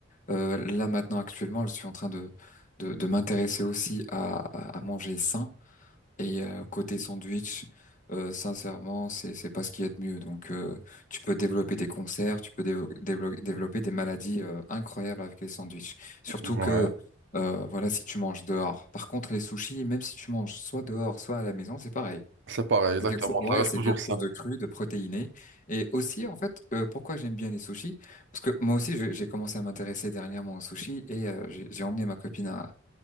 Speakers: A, on the left; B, on the right.
A: euh, là maintenant actuellement, je suis en train de de, de m'intéresser aussi à, à, à manger sain. Et euh, côté sandwich, euh, sincèrement, c'est c'est pas ce qu'il y a de mieux. Donc, euh, tu peux développer des concerts, tu peux dévo- dévelop- développer des maladies euh, incroyables avec les sandwichs. Surtout
B: Ouais.
A: que, euh, voilà, si tu manges dehors. Par contre, les sushis, même si tu manges soit dehors, soit à la maison, c'est pareil.
B: C'est pareil, exactement.
A: C'est quelque chose, ouais,
B: Ça reste
A: c'est
B: toujours
A: quelque
B: ça.
A: chose de cru, de protéiné. Et aussi, en fait, euh, pourquoi j'aime bien les sushis? Parce que moi aussi, je- j'ai commencé à m'intéresser dernièrement aux sushis et euh, j'ai j'ai emmené ma copine à,